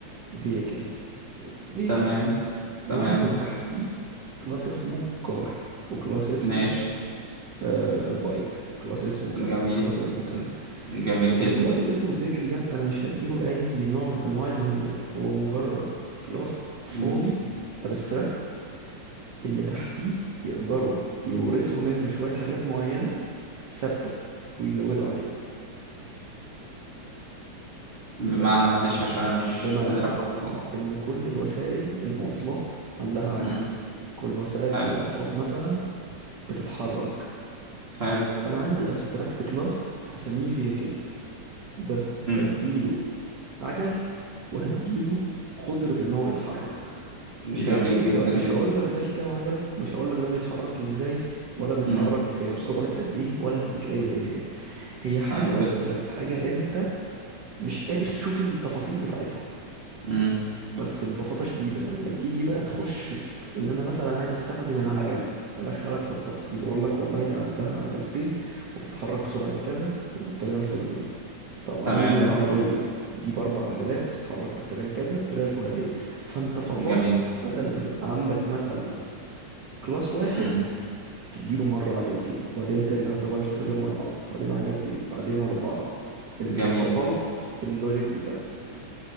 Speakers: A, on the right; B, on the right.
A: فيكل فيكل
B: تمام
A: واعمل
B: تمام
A: تحتيه كلاس اسمه كار وكلاس اسمه
B: ماشي
A: آه بايك وكلاس اسمه كذا
B: جميل
A: وكلاس اسمه كذا
B: جميل جدا
A: الكلاس اللي اسمه فيكل ده انا مش هديله اي نوع من انواع المهمات هو مجرد كلاس فاضي
B: مم.
A: ابستراكت اللي تحتيه يقدروا يورثوا منه شوية حاجات معينة ثابتة ويزودوا عليها
B: بمعنى
A: فالابست
B: معلش عشان انا مش
A: بمعنى
B: قادر افهم الموضوع
A: ان كل الوسائل المواصلات عندها عجل
B: مم.
A: كل وسائل المواصلات
B: حلو
A: مثلا بتتحرك
B: حلو
A: فانا عندي ابستراكت كلاس هسميه فيكل ده
B: امم
A: هديله عجل وهديله قدرة ان هو يتحرك
B: جميل
A: مش هديلك
B: جدا
A: مش
B: جدا
A: هقولك ده فيه كام عجلة مش هقولك ده بيتحرك ازاي ولا بيتحرك
B: امم
A: بسرعة قد ايه ولا هديك اي بيانات هي حاجة
B: حلو جدا
A: ابستراكت حاجة انت مش قادر تشوف التفاصيل بتاعتها
B: امم
A: بس ببساطة شديدة لما تيجي بقى تخش في ان انا مثلا عايز استخدم العجلة ادخلك في التفاصيل واقول لك والله دي عندها عجلتين وبتتحرك بسرعة كذا وبالطريقة الفلانية طب عندي
B: تمام
A: عربية دي باربع عجلات بتتحرك بالطريقة كذا الطريقة الفلانية فانت فصلت
B: جميل
A: بدل ما يبقى عندك مثلا كلاس واحد
B: امم
A: تديله مرة عجلتين وبعدين ترجع تغير تخليهم أربعة بعدين عجلتين بعدين أربعة انت
B: جميل
A: فصلت اللوجيك بتاعك